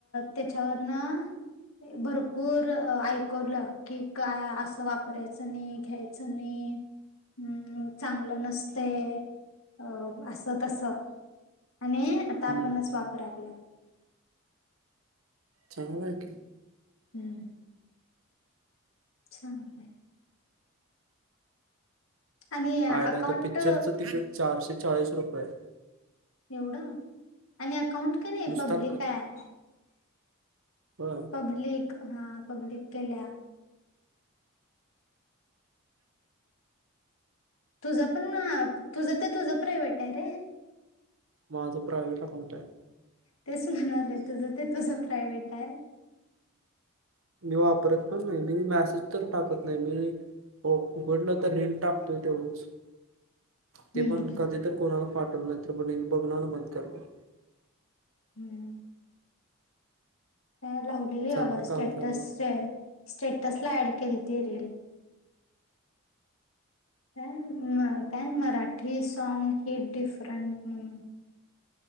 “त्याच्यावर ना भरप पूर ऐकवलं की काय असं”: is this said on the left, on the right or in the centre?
Left